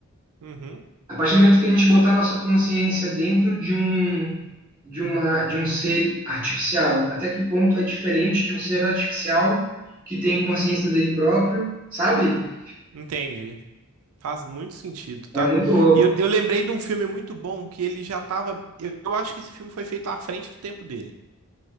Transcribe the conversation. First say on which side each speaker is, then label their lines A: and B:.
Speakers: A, on the right (about 75°); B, on the right (about 20°).
A: Uhum,
B: A partir do momento que a gente botar nossa consciência dentro de um, de uma, de um ser artificial, até que ponto é diferente de um ser artificial que tem consciência dele próprio, sabe?
A: entendi. Faz muito sentido, tá?
B: É muito louco.
A: E eu, eu lembrei de um filme muito bom que ele já tava. Eu, eu acho que esse filme foi feito à frente do tempo dele.